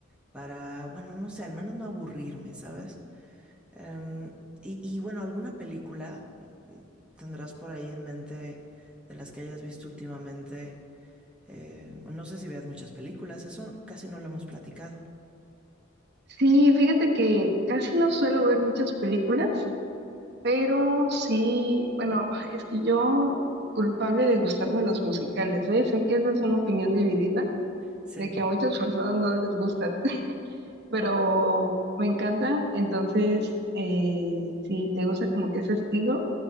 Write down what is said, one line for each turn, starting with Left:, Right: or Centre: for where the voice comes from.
Centre: para, bueno, no sé, al menos no aburrirme, ¿sabes? Em, y, y bueno, ¿alguna película tendrás por ahí en mente de las que hayas visto últimamente? Eh, no sé si veas muchas películas, eso casi no lo hemos platicado.
Right: Sí, fíjate que casi no suelo ver muchas películas, Pero sí, bueno, es que yo culpable de gustarme los musicales, ¿eh? Sé que esa es una opinión dividida,
Centre: Sí.
Right: de que a muchas personas no les gustan, <laughs> pero me encantan. Entonces, eh, si te gusta como que ese estilo,